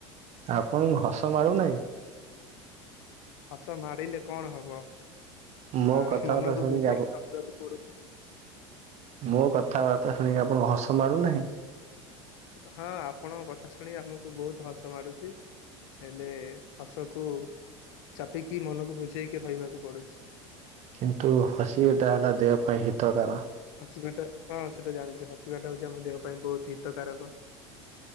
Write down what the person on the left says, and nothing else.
ହସ ମାଡିଲେ କଣ ହବ?
ଆ
ମନକୁ
ବୁଝେଇକି
ହସିବାକୁ ପଡୁଛି।
ହଁ ଆପଣଙ୍କ କଥା ଶୁଣି ଆମକୁ ବହୁତ ହସ ମାଡ଼ୁଛି। ହେଲେ ହସକୁୁ ଚାପିକି ମନକୁ ବୁଝେଇକି ରହିବାକୁ ପଡ଼ୁଛି।
ହସିବାଟା ହଁ ସେଟା ଜାଣିଛି ହସିବାଟା ହେଉଛି ଆମ ଦେହ ପାଇଁ ବହୁତ ହିତକାରକ।